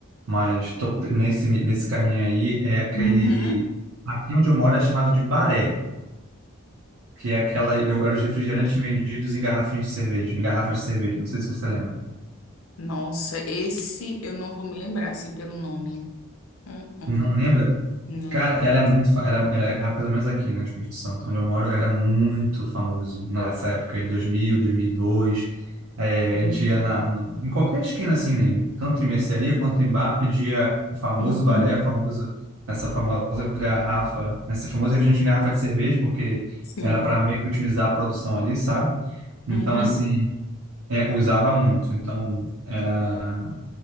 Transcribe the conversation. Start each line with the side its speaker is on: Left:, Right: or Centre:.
Right: mas tô pe- nesse, nesse caminho aí, é aquele...
Left: Uhum.
Right: Aqui onde eu moro é chamado de baré, que é aquela... Eu, era os refrigerantes vendidos em garrafinhas de cerveja, em garrafas de cerveja, não sei se você lembra.
Left: Nossa, esse eu não vou me lembrar, assim, pelo nome. Uhum.
Right: Não lembra?
Left: Não.
Right: Cara, era muito, fa- era, era, ah, pelo menos aqui, né, no Espírito Santo, onde eu moro, era muito famoso nessa época de 2000, 2002. É,
Left: Uhum.
Right: a gente ia na, no- em qualquer esquina, assim, né, tanto em mercearia quanto em bar, pedia o famoso
Left: Uhum.
Right: baré, o famoso, essa famosa garrafa, esse famoso refrigerante em garrafa de cerveja, porque
Left: Sim.
Right: era para meio que otimizar a produção ali, sabe? Então,
Left: Uhum.
Right: assim, é, usava muito. Então, era